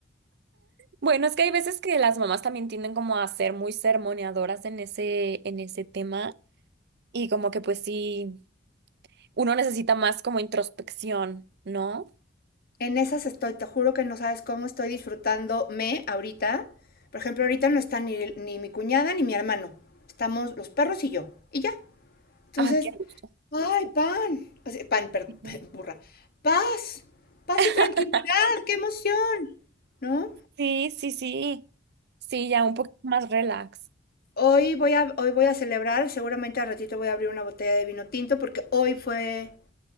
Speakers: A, on the right (about 60°); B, on the left (about 50°).
A: Bueno, es que hay veces que las mamás también tienden como a ser muy sermoneadoras en ese, en ese tema, y como que pues sí. uno necesita más como introspección, ¿no?
B: En esas estoy, te juro que no sabes cómo estoy disfrutándome ahorita. Por ejemplo, ahorita no están ni, ni mi cuñada ni mi hermano. Estamos los perros y yo. Y ya. Entonces,
A: Ay, qué gusto.
B: ay, pan. O sea, pan, perdón,
A: Ujú.
B: <laughs> burra. Paz. Paz
A: <laughs>
B: y tranquilidad. ¡Qué emoción! ¿No?
A: Sí, sí, sí. Sí, ya un poquito más relax.
B: Hoy voy a, hoy voy a celebrar, seguramente al ratito voy a abrir una botella de vino tinto porque hoy fue,